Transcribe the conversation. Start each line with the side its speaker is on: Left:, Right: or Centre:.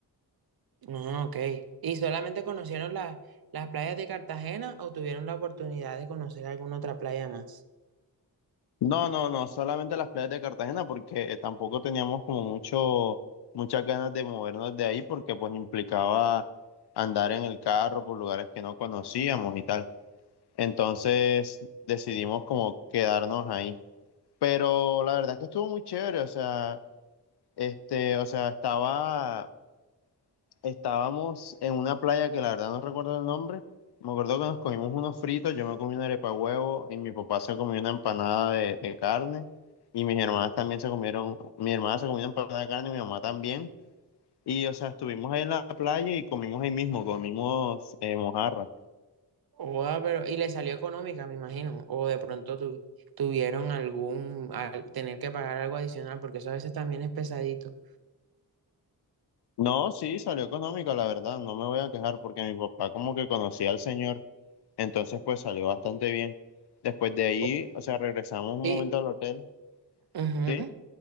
Right: Ah, ok. ¿Y solamente conocieron las las playas de Cartagena o tuvieron la oportunidad de conocer alguna otra playa más?
Left: No, no, no, solamente las playas de Cartagena porque eh, tampoco teníamos como mucho, muchas ganas de movernos de ahí porque pues implicaba andar en el carro por lugares que no conocíamos y tal. Entonces decidimos como quedarnos ahí. Pero la verdad es que estuvo muy chévere, o sea, este, o sea, estaba Estábamos en una playa que la verdad no recuerdo el nombre. Me acuerdo que nos comimos unos fritos, yo me comí una arepa de huevo y mi papá se comió una empanada de, de carne y mis hermanas también se comieron, mi hermana se comió una empanada de carne y mi mamá también. Y o sea, estuvimos ahí en la playa y comimos ahí mismo, comimos eh, mojarra.
Right: Oa, pero, y le salió económica, me imagino. O de pronto tu- tuvieron algún, al- tener que pagar algo adicional, porque eso a veces también es pesadito.
Left: No, sí, salió económica, la verdad, no me voy a quejar porque mi papá como que conocía al señor, entonces pues salió bastante bien. Después de ahí,
Right: O-
Left: o sea, regresamos un
Right: y,
Left: momento al hotel,
Right: ujú.
Left: ¿sí?